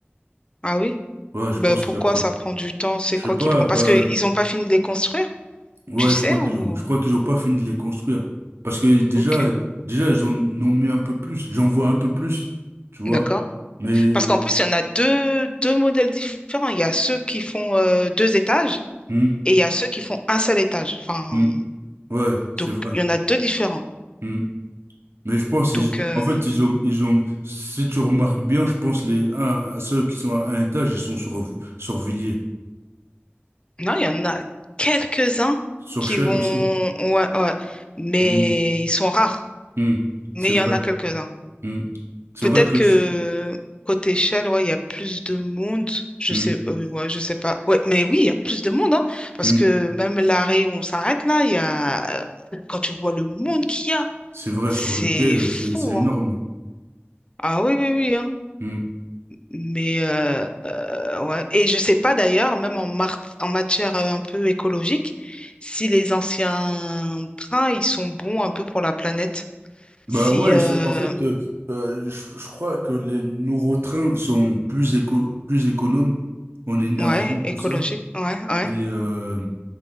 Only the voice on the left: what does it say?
Ah oui.
Bah,
pourquoi
ça
prend
du temps? C'est
quoi
qui prend?
Parce qu'ils n'ont pas fini de les construire,
tu sais,
ou...
Ok,
d'accord.
Parce qu'en plus, il y en a deux, deux modèles différents. Il y a ceux qui font euh, deux étages
et il y a ceux qui font un seul étage. Enfin,
donc,
il y en a deux différents.
Donc,
euh,
non, il y en a quelques-uns
qui
vont...
Ouais, ouais. Mais
ils sont rares.
Mais
il
y en a quelques-uns.
Peut-être
que côté Shell, ouais, il y a plus de monde. Je
sais, euh, ouais, je sais pas. Ouais, mais oui, il y a plus de monde, hein, parce
que même l'arrêt où on s'arrête là, il y a quand tu vois le monde qu'il y a,
c'est
fou,
hein. Ah oui, oui, oui, hein.
Mais euh, euh, ouais. Et je sais pas d'ailleurs, même en, mar- en matière euh, un peu écologique, si les anciens trains, ils sont bons un peu pour la planète. Si
euh,
ouais, écologique,
ouais, ouais.